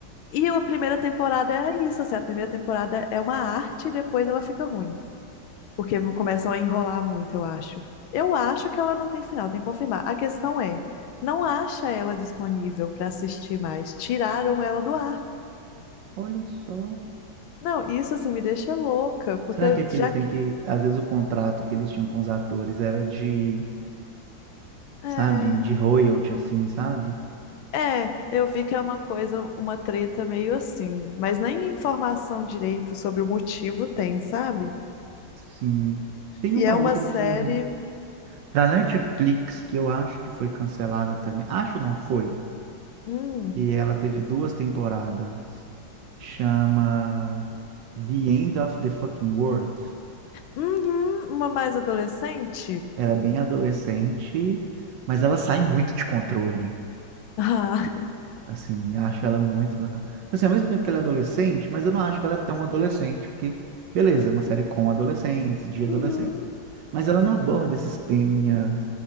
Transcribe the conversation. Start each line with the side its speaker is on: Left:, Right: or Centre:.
Left: E a primeira temporada é isso, assim, a primeira temporada é uma arte e depois ela fica ruim. Porque vão- começam a enrolar muito, eu acho. Eu acho que ela não tem final, tem que confirmar. A questão é, não acha ela disponível para assistir mais. Tiraram ela do ar.
Right: Olha só.
Left: Não, isso assim me deixa louca, porque
Right: Será
Left: eu
Right: que aqueles
Left: já.
Right: têm que. Às vezes o contrato que eles tinham com os atores era de,
Left: É,
Right: sabe, de royalty, assim, sabe?
Left: é, eu vi que é uma coisa, uma treta meio assim, mas nem informação direito sobre o motivo tem, sabe?
Right: Sim. Tem
Left: E
Right: uma
Left: é uma
Right: outra
Left: série.
Right: que. Da Netflix, que eu acho que foi cancelada também. Acho não foi.
Left: Hum,
Right: E ela teve duas temporadas. Chama The End of the Fucking World.
Left: uhum, uma mais adolescente? <laughs>
Right: Ela é bem adolescente, mas ela sai muito de controle.
Left: Ah,
Right: Assim, acho ela muito. ah, Assim, ao mesmo tempo que ela é adolescente, mas eu não acho que ela é tão adolescente, porque, beleza, é uma série com adolescentes, de adolescentes.
Left: uhum,
Right: Mas ela não aborda esses teminhas,